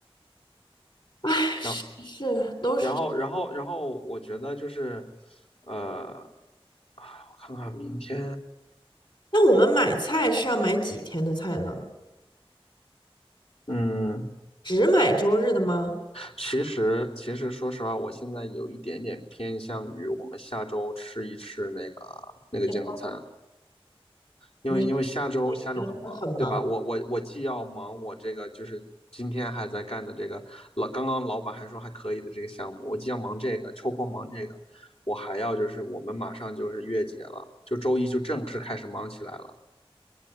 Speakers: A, on the left; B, on the left.
A: 唉，是是，
B: 然后
A: 都是。
B: 然后，然后，然后，我觉得就是，呃，我看看明天，
A: 那我们买菜是要买几天的菜呢？
B: 嗯，
A: 只买周日的吗？
B: 其实，其实说实话，我现在有一点点偏向于我们下周吃一吃那个那个健康餐，
A: 这样，
B: 因为因为下周下周很忙，
A: 你是不是觉得会很忙？
B: 对吧？我我我既要忙我这个就是今天还在干的这个老刚刚老板还说还可以的这个项目，我既要忙这个，抽空忙这个，我还要就是我们马上就是月结了，就周一就正式开始忙起来了。